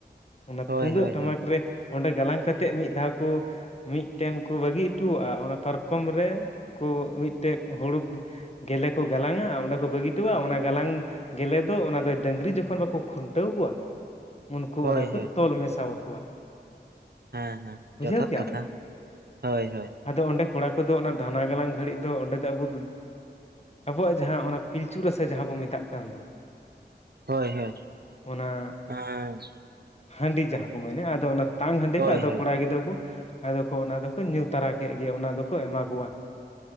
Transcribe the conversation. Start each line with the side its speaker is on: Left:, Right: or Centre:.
Left: ᱚᱱᱟ
Right: ᱦᱳᱭ
Left: ᱛᱩᱢᱫᱟᱜ
Right: ᱦᱳᱭ
Left: ᱴᱟᱢᱟᱠ
Right: ᱦᱳᱭ
Left: ᱨᱮ ᱚᱸᱰᱮ ᱜᱟᱞᱟᱝ ᱠᱟᱛᱮᱫ ᱢᱤᱫ ᱫᱷᱟᱣ ᱠᱚ ᱢᱤᱫ ᱴᱮᱱ ᱠᱚ ᱵᱟᱹᱜᱤ ᱦᱚᱴᱚᱣᱟᱜ-ᱟ ᱚᱱᱟ ᱯᱟᱨᱠᱚᱢ ᱨᱮᱠᱚ ᱢᱤᱫᱴᱮᱱ ᱦᱩᱲᱩ ᱜᱮᱞᱮ ᱠᱚ ᱜᱟᱞᱟᱝ-ᱟ ᱚᱸᱰᱮ ᱠᱚ ᱵᱟᱹᱜᱤ ᱦᱚᱴᱚᱜ-ᱟ ᱚᱱᱟ ᱜᱟᱞᱟᱝ ᱜᱮᱞᱮ ᱫᱚ ᱚᱱᱟ ᱫᱚ ᱰᱟᱹᱝᱨᱤ ᱡᱚᱠᱷᱚᱱ ᱵᱟᱠᱚ ᱠᱷᱩᱱ ᱴᱟᱹᱣ ᱠᱚᱣᱟ ᱩᱱᱠᱩ
Right: ᱦᱳᱭ
Left: ᱚᱱᱟ ᱠᱚ
Right: ᱦᱳᱭ
Left: ᱛᱚᱞ ᱢᱮᱥᱟ ᱟᱠᱚᱣᱟ᱾
Right: ᱦᱮᱸ ᱦᱮᱸ
Left: ᱵᱩᱡᱷᱟᱹᱣ
Right: ᱡᱚᱛᱷᱟᱛ
Left: ᱠᱮᱜᱼᱟᱢ
Right: ᱠᱟᱛᱷᱟ ᱦᱳᱭ ᱦᱳᱭ
Left: ᱟᱫᱚ ᱚᱸᱰᱮ ᱠᱚᱲᱟ ᱠᱚᱫᱚ ᱚᱱᱟ ᱫᱷᱟᱱᱟ ᱜᱟᱞᱟᱝ ᱜᱷᱟᱹᱲᱤᱡ ᱫᱚ ᱚᱸᱰᱮ ᱫᱚ ᱟᱵᱚ ᱟᱵᱚᱣᱟᱜ ᱡᱟᱦᱟ ᱚᱱᱟ ᱯᱤᱞᱪᱩ ᱨᱟᱥᱟ ᱡᱟᱦᱟ ᱵᱚᱱ ᱢᱮᱛᱟᱜ ᱠᱟᱱ ᱫᱚ,
Right: ᱦᱳᱭ ᱦᱳᱭ
Left: ᱚᱱᱟ
Right: ᱮᱸᱻ
Left: ᱦᱟᱺᱰᱤ ᱡᱟᱦᱟ ᱠᱚ ᱢᱮᱱᱮ ᱟᱫᱚ ᱚᱱᱟ ᱛᱟᱝ ᱦᱟᱺᱰᱤ
Right: ᱦᱳᱭ
Left: ᱠᱟ ᱟᱫᱚ
Right: ᱦᱳᱭ
Left: ᱠᱚᱲᱟ ᱜᱤᱫᱽᱨᱟᱹ ᱠᱚ, ᱟᱫᱚ ᱠᱚ ᱚᱱᱟ ᱫᱚᱠᱚ ᱧᱩ ᱛᱟᱨᱟ ᱠᱮᱫ ᱜᱮ ᱚᱱᱟ ᱫᱚᱠᱚ ᱮᱢᱟ ᱠᱚᱣᱟ᱾